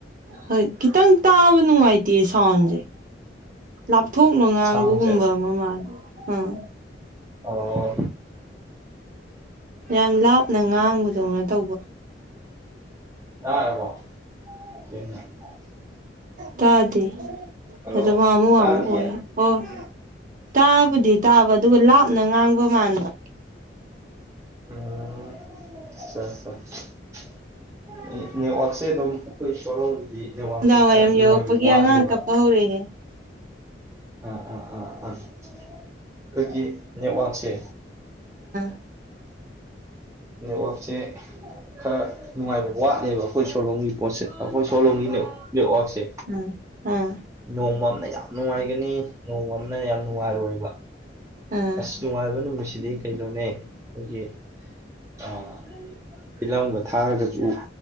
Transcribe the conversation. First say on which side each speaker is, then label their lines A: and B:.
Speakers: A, on the right (about 50°); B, on the right (about 15°).
A: ꯍꯣꯏ ꯈꯤꯇꯪ ꯇꯥꯕ ꯅꯨꯡꯉꯥꯏꯇꯦ ꯁꯥꯎꯟꯁꯦ ꯂꯥꯞꯊꯣꯛꯅ ꯉꯥꯡꯒꯒꯨꯝꯕ
B: ꯁꯥꯎꯟꯁꯦ
A: ꯑꯃ ꯃꯥꯜꯂꯦ ꯑꯥ
B: ꯑꯣ
A: ꯌꯥꯝ ꯂꯥꯞꯅ ꯉꯥꯡꯕꯗꯧꯅ ꯇꯧꯕ
B: ꯇꯥꯔꯕꯣ <unintelligible>
A: ꯇꯥꯗꯦ
B: ꯍꯜꯂꯣ
A: ꯑꯗꯨꯝ ꯍꯥꯃꯨ
B: ꯇꯥꯗꯤꯌꯦ
A: ꯍꯥꯃꯨ ꯑꯣꯏ ꯑꯣ ꯇꯥꯕꯨꯗꯤ ꯇꯥꯕ ꯑꯗꯨꯒ ꯂꯥꯞꯅ ꯉꯥꯡꯕ ꯃꯥꯟꯕ
B: ꯎꯝ <unintelligible> ꯅꯦꯠ ꯋꯥꯔꯛꯁꯦ ꯑꯗꯨꯝ ꯑꯩꯈꯣꯏ ꯁꯣꯂꯣꯝꯒꯤꯗꯤ ꯅꯦꯠ
A: ꯅꯨꯡꯗꯥꯡ
B: ꯋꯥꯛꯁꯦ ꯈꯤꯇꯡ
A: ꯋꯥꯏꯔꯝ
B: ꯅꯨꯡꯉꯥꯏꯕ
A: ꯌꯧꯔꯛꯄꯒꯤ
B: ꯋꯥꯠꯂꯦꯕ
A: ꯑꯉꯥꯡ ꯀꯞꯄ ꯍꯧꯔꯛꯑꯦꯍꯦ
B: ꯑꯥ ꯑꯥ ꯑꯥ ꯑꯥ ꯑꯩꯈꯣꯏꯒꯤ ꯅꯦꯠꯋꯥꯛꯁꯦ
A: ꯎꯝ
B: ꯅꯦꯠꯋꯥꯛꯁꯦ ꯈꯔ ꯅꯨꯡꯉꯥꯏꯕ ꯋꯥꯠꯂꯦꯕ ꯑꯩꯈꯣꯏ ꯁꯣꯂꯣꯝꯒꯤ ꯄꯣꯠꯁꯦ ꯑꯩꯈꯣꯏ ꯁꯣꯂꯣꯝꯒꯤ ꯅꯦꯠꯋꯥꯛꯁꯦ
A: ꯑꯥ ꯑꯥ
B: ꯅꯣꯡꯃ ꯑꯃꯅ ꯌꯥꯝ ꯅꯨꯡꯉꯥꯏꯒꯅꯤ ꯅꯣꯡꯃ ꯑꯃꯅ ꯌꯥꯝ ꯅꯨꯡꯉꯥꯏꯔꯣꯏꯕ
A: ꯑꯥ
B: ꯑꯁ ꯅꯨꯡꯉꯥꯏꯕ ꯅꯨꯃꯤꯠꯁꯤꯗꯤ ꯀꯩꯅꯣꯅꯦ ꯑꯩꯈꯣꯏꯒꯤ ꯑꯥ ꯐꯤꯂꯝꯒ ꯊꯥꯔꯒꯁꯨ